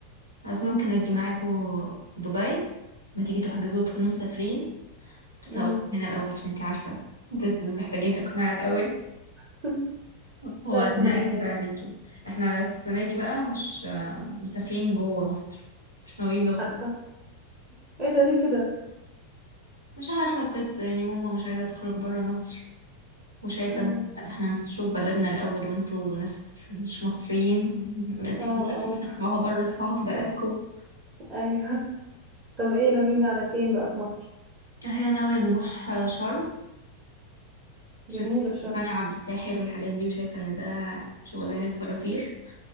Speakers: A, on the right; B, on the right.
A: <laughs> بس ممكن اجي معاكوا دبي ما تيجي تحجزوا وتكونوا مسافرين بس
B: امم
A: هقول من الأول عشان انتي عارفة انت محتاجين إقناع الأول
B: <laughs>
A: وبعدين
B: لا اقنعيهم
A: أكد عليكي احنا السنة دي بقى مش آه، مسافرين جوه مصر مش ناويين نخرج
B: حادثة ايه ده ليه كده
A: مش عارفة بجد يعني ماما مش عايزة تخرج برا مصر وشايفة
B: امم
A: ان احنا نشوف بلدنا الأول وانتوا ناس مش مصريين بس
B: اه
A: تروحوا
B: اه
A: تدفعوها برا تدفعوها في بلدكم
B: ايوه طب ايه ناويين على فين بقى في مصر
A: هي ناوية نروح آه، شرم
B: جميلة
A: عشان
B: شرم
A: مقتنعة بالساحر والحاجات دي وشايفة ان ده شغلانة الفرافير